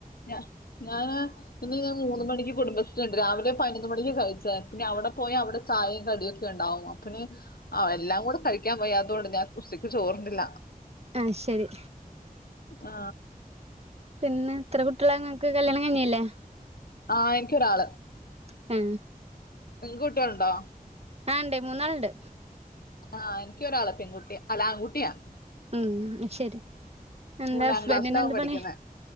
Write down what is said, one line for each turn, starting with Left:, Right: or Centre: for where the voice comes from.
Left: ഞാ ഞാന് ഇന്ന് ഞാൻ മൂന്ന് മണിക്ക് കുടുംബശ്രീയുണ്ട് രാവിലെ പതിനൊന്ന് മണിക്ക് കഴിച്ചതാ പിന്നെ അവിടെ പോയി അവിടെ ചായയും കടിയൊക്കെ ഉണ്ടാവുമോ പിന്നെ ആ എല്ലാം കൂടെ കഴിക്കാൻ വയ്യാത്തോണ്ട് ഞാൻ <unintelligible> ചോറുണ്ടില്ല
Right: ആ ശരി
Left: ആ
Right: പിന്നെ എത്ര കുട്ടികളാ ഇങ്ങക്ക് കല്യാണം കഴിഞ്ഞയല്ലേ
Left: ആ എനിക്കൊരാള്
Right: ആ
Left: പെൺകുട്ടികളൊണ്ടോ
Right: ആ ഇണ്ട് മൂന്നാളുണ്ട്
Left: ആ എനിക്കൊരാള് പെൺകുട്ടിയാ അല്ല ആൺകുട്ടിയാ
Right: ഉം ആ ശരി എന്താ
Left: മൂന്നാം
Right: ഹസ്ബൻഡിന്
Left: ക്ലാസ്സിലാ അവൻ
Right: എന്ത്
Left: പഠിക്കുന്ന്
Right: പണി